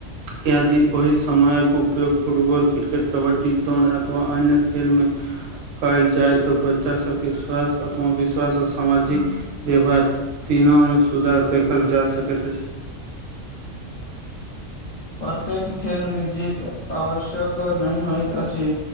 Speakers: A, on the right (about 75°); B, on the left (about 45°).
A: यदि ओहि समयक उपयोग फुटबॉल क्रिकेट कबड्डी दौड़ अथवा अन्य खेलमे <inaudible> कयल जाय तऽ बच्चा सभके स्वास्थ्य आत्मविश्वास आ सामाजिक व्यवहार तीन मे सुधार देखल जा सक छै
B: प्रत्येक खेल मे जीत आवश्यक नहि होइत अछि